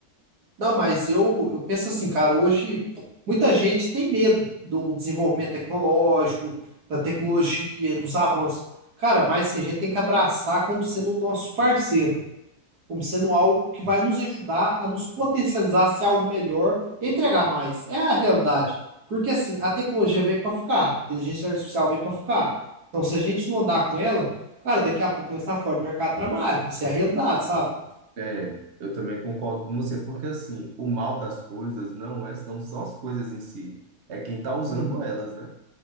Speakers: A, on the right (about 85°); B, on the right (about 50°).
A: Não, mas eu, eu penso assim, cara, hoje muita gente tem medo do desenvolvimento tecnológico, da tecnologia, dos avanços. Cara, mas assim, a gente tem que abraçar como sendo o nosso parceiro, como sendo algo que vai nos ajudar a nos potencializar, ser algo melhor e entregar mais. É a realidade. Porque assim, a tecnologia veio para ficar, a inteligência artificial veio para ficar. Então, se a gente não andar com ela, cara, daqui a pouco nós está fora do mercado de trabalho. Isso é a realidade, sabe?
B: É, eu também concordo com você, porque assim, o mal das coisas não é, não são as coisas em si, é quem está usando
A: Uhum.
B: elas, né?